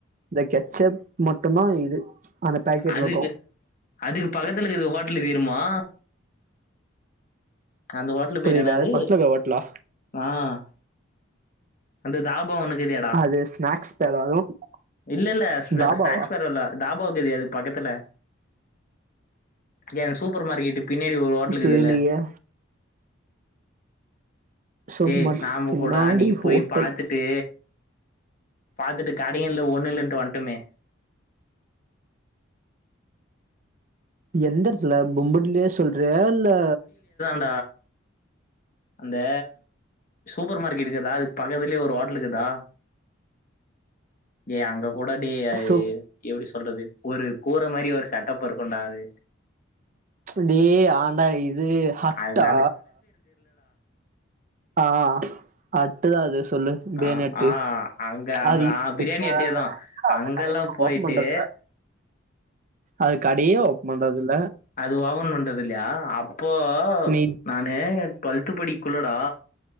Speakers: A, on the right; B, on the left.
A: இந்த கெச்செட் மட்டும்தான் இது அந்த பேக்கெட்ல
B: அதுக்கு
A: இருக்கு
B: அதுக்கு பக்கத்துலக்கு இது ஹோட்டல்லு வீடுமா அந்த ஹோட்டல
A: புரியல
B: பேரு என்னது
A: அது பக்கத்துல இருக்க ஹோட்டலா
B: ஆஹ் அந்த தாபா ஒன்னு தெர்லியேடா
A: அது ஸ்நாக்ஸ் பேரா அதுவு
B: இல்ல இல்ல ஸ்நாக்
A: தாபாவா
B: ஸ்நாக்ஸ் பெரல்ல தாப போகுதே அது பக்கத்துல என் சூப்பர் மார்க்கெட் பின்னாடி ஒரு ஹோட்டலுக்குது
A: தெர்லியே
B: இல்ல
A: சோ
B: ஏய்
A: மட்
B: நாம
A: பின்னாடி
B: கூட அன்னிக்கு
A: ஹோட்டல்
B: போய் பாத்துட்டு பாத்துட்டு கடையும்இல்லா ஒண்ணு இல்லான்னு வந்துட்டுமே
A: எந்த இடத்துல பொம்பட்லே சொல் வேல
B: ஹா அந்தா சூப்பர் மார்க்கெட் கிதா அது பக்கத்துலயே ஒரு ஹோட்டல் இருக்தா ஏ அங்க உடாடி
A: சோ
B: எப்படி சொல்றது ஒரு கூற மாதிரி ஒரு சட்டப் இருக்கண்டாது
A: அடடிய ஆண்டா இது ஹட்டா
B: அந்த
A: ஆ அட்டு தா அது சொல்லு பிரியாணி
B: அஹ்
A: அட்டு
B: ஆஹ் அங்க அங்க
A: அது
B: ஆஹ் பிரியாணி
A: இப்ப என்னடா
B: எட்டியதான்
A: அந்த
B: அங்கெல்லாம்
A: கடைய
B: போயிட்டு
A: ஓப்பன் பண்றதுல அது கடையே ஓப் பண்றது இல்லை
B: அது வாபன் பண்றது இல்லையா இப்போ
A: நீ
B: நானு டுவெல்த் படிக்குள்ளடா